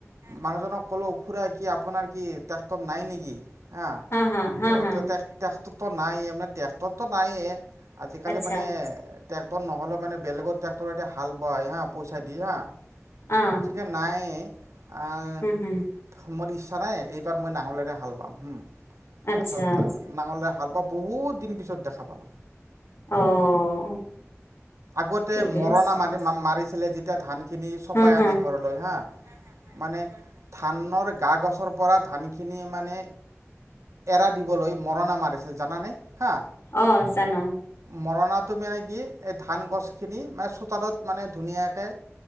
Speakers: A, on the right; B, on the left.
A: মানুহজনক ক'লো খুৰা কি আপোনাৰ কি টেক্টৰ নাই নেকি হা,
B: হা হা
A: অ,
B: হা
A: তে টেক-টেক্টৰ নায়ে মানে ট্ৰেক্টৰটো নায়ে আজিকালি
B: আচ্ছা
A: মানে ট্ৰেক্টৰ নহ'লেও মানে বেলেগৰ ট্ৰেক্টৰে দি হাল বোৱাই হা পইচা দি হা
B: অঁ
A: <unintelligible> নায়ে আহ,
B: হুম হুম
A: মোৰ ইচ্ছা নাই এইবাৰ মই নাঙলে এ হাল বাও
B: আচ্ছা
A: পাছত নাঙলেৰে হাল বাও বহুত দিন পিছত দেখা পালোঁ
B: অ',
A: আগতে
B: ঠিকে
A: মৰণা
B: আছে
A: মাৰি মাৰিছিলে যেতিয়া ধান খিনি চপাই
B: হা হা
A: আনে ঘৰলৈ হা মানে ধানৰ গা-গছৰ পৰা ধানি কিনিয়ে মানে এৰা দিবলৈ মৰণা মাৰিছ জানা নে হা
B: অঁ জানো
A: মৰণাটো মানে কি এই ধান গছখিনি মানে চোতালত মানে ধুনীয়াকে